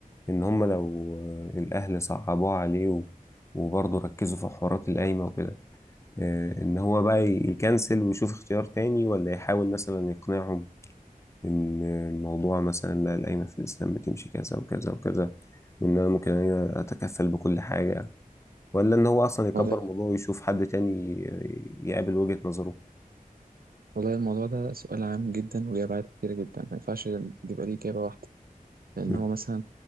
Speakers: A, on the left; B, on the right.
A: ان هم لو آه، الاهل صعبوه عليه و- وبرضه ركزوا في حوارات القايمة وكده آه، ان هو بقى ي- يكنسل ويشوف اختيار تاني ولا يحاول مثلا يقنعهم ان الموضوع مثلا لا القايمة في الاسلام بتمشي كذا وكذا وكذا وان انا ممكن أنا اتكفل بكل حاجة ولا ان هو اصلا يكبر
B: والله
A: الموضوع ويشوف حد تاني ي- يقابل وجهة نظره
B: والله الموضوع ده سؤال عام جدا وليه أبعاد كتيرة جدا ما ينفعش يبقى ليه إجابة واحدة لأن
A: م.
B: هو مثلا